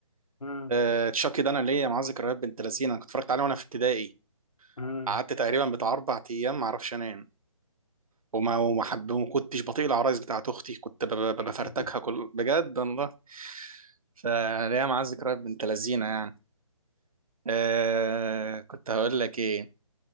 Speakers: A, on the left; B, on the right.
A: مم.
B: آه تشاكي ده انا ليا معاه ذكريات بنت لذين انا كنت اتفرجت عليه وانا في ابتدائي
A: مم.
B: قعدت تقريبا بتاع اربع ايام ما اعرفش انام وما وما حب وما كنتش بطيق العرايس بتاعت اختي كنت ب- ب-
A: <laughs>
B: بفرتكها كل بجد والله فليا معاه ذكريات بنت لذينه يعني آه كنت هقول لك ايه